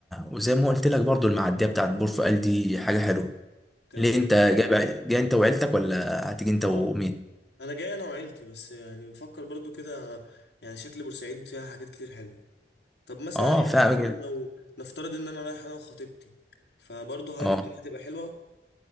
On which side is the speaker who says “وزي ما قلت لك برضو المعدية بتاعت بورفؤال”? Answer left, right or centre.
Centre